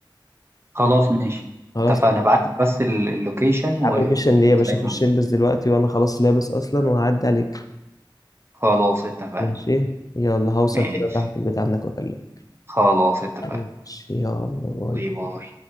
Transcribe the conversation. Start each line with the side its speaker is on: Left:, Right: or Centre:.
Right: خلاص ماشي
Left: خلاص
Right: اتفقنا
Left: يا
Right: ابعت لي بس ال- اللوكيشن وهتلاقيه
Left: عم مفيش إن إيه يا باشا أخش
Right: معانا
Left: ألبس دلوقتي وأنا خلاص لابس أصلا وهعدي عليك
Right: خلاص اتفقنا
Left: ماشي يلا هوصل
Right: ماشي
Left: كده تحت البيت عندك وأكلمك
Right: خلاص اتفقنا
Left: ماشي يلا باي.
Right: باي باي